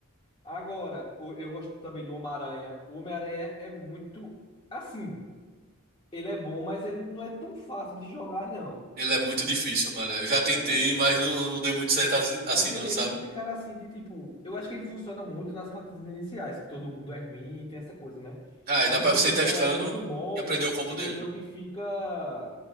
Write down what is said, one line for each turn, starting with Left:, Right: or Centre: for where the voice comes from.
Left: Agora, o- eu gosto também do Homem-Aranha. O Homem-Aranha é muito. Assim, ele é bom, mas ele não é tão fácil de jogar, não.
Right: Ele é muito difícil, mano. Eu já tentei,
Left: É.
Right: mas não, não deu muito certo assim,
Left: Mas
Right: assim
Left: ele,
Right: não, sabe?
Left: ele não tem cara assim de tipo. Eu acho que ele funciona muito nas partidas iniciais, que todo mundo é ruim e tem essa coisa, né?
Right: Ah,
Left: Mas
Right: e dá pra
Left: quando
Right: você
Left: o pessoal
Right: ir testando
Left: é muito bom,
Right: e aprender o combo
Left: ele
Right: dele.
Left: meio que fica